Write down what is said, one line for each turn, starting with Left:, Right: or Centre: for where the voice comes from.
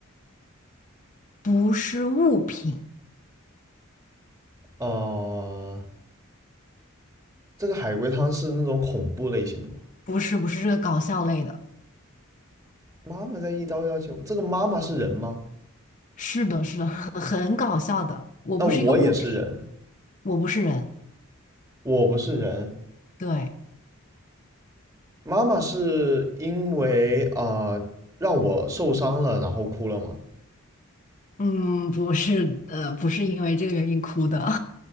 Left: 不是物品，
Right: 呃，这个海龟汤是那种恐怖类型的吗？
Left: 不是不是这个搞笑类的，
Right: 妈妈在一刀一刀切我，这个妈妈是人吗？
Left: 是的，是的，<laughs> 很搞笑的。我不是一个物品，
Right: 那我也是人，
Left: 我不是人。
Right: 我不是人。
Left: 对，
Right: 妈妈是因为啊、呃让我受伤了，然后哭了嘛。
Left: 嗯，不是，呃，不是因为这个原因哭的，